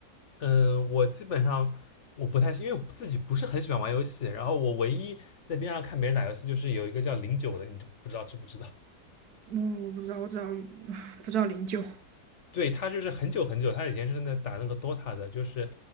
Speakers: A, on the left; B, on the right.
A: 嗯，我基本上我不太，因为我自己不是很喜欢玩游戏，然后我唯一在 B 站上看别人打游戏，就是有一个叫零九的，你不知道知不知道？
B: 我我不知道，我只要 <laughs> 不知道零九。
A: 对他就是很久很久，他以前是在打那个 DOTA 的，就是